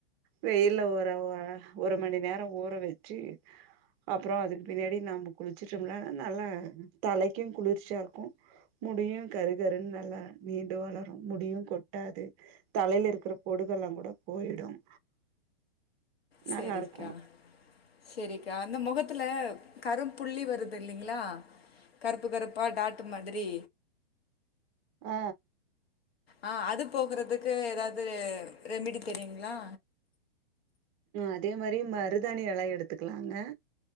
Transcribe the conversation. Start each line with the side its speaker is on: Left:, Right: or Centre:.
Right: வெயில ஓர ஒ ஒரு மணி நேரோ ஊற வச்சு அப்புறோ அதுக்கு பின்னாடி நம்மோ குளிச்சுட்டோம்ன நல்லா தலைக்கு குளிர்ச்சியா இருக்கும் முடியு கரு கருன்னு நல்லா நீண்டு வளரும் முடியு கொட்டாது தலையில இருக்கிற பொடுகு எல்லா கூட போயிடும்
Left: செரிக்கா
Right: நல்லா இருக்கும்
Left: செரிக்கா அந்த முகத்துல கரும் புள்ளி வருது இல்லைங்களா கருப்பு கருப்பா டாட்டு மாதிரி
Right: ஆ
Left: ஆ அது போகுறதுக்கு ஏதாவது ரெமிடி தெரியுங்களா
Right: அதே மாரி மருதாணி எலைய எடுத்துக்கலாங்க